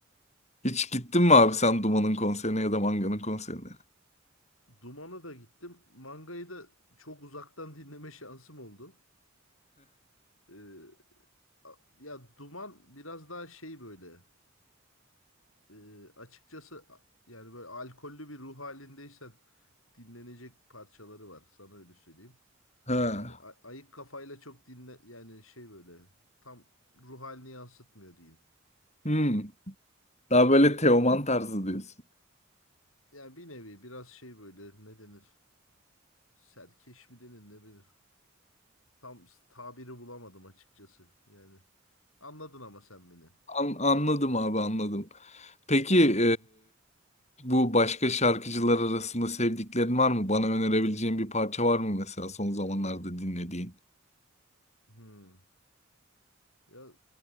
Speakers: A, on the left (about 35°); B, on the left (about 85°).
A: Hiç gittin mi abi sen Duman'ın konserine ya da Manga'nın konserine?
B: Duman'a da gittim. Mangayı da çok uzaktan dinleme şansım oldu. Ee, a- ya Duman biraz daha şey böyle. e, açıkçası a- yani böyle alkollü bir ruh halindeysen dinlenecek parçaları var. Sana öyle söyleyeyim.
A: Ha.
B: Yani a- ayık kafayla çok dinle yani şey böyle tam ruh halini yansıtmıyor diyeyim.
A: Hmm. Daha böyle Teoman tarzı diyorsun.
B: Yani bir nevi biraz şey böyle ne denir? Serkeş mi denir ne bilir. Tam s- tabiri bulamadım açıkçası. Yani anladın ama sen beni. Hı
A: An- anladım abi anladım. Peki
B: hı.
A: e, bu başka şarkıcılar arasında sevdiklerin var mı? Bana önerebileceğin bir parça var mı mesela son zamanlarda dinlediğin?
B: Hmm. Ya